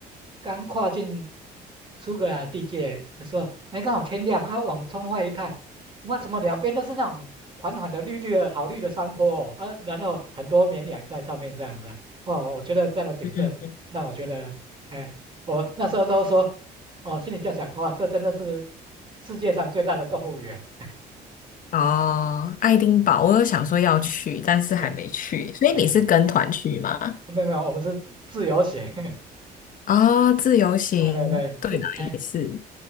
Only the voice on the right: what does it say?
刚跨进苏格兰地界的时候，哎，刚好天亮，啊，往窗外一看，哇，怎么两边都是那种缓缓的绿绿的好绿的山坡哦，啊，然后很多绵羊在上面这样子啊，哦，我觉得这样的景色让我觉得，
哎，我那时候都说，哦，心里就想，哇，这真的是世界上最大的动物园，<laughs>
嗯
对，
哎，没有没有，我们是自由行。<laughs>
对对对，
是哎、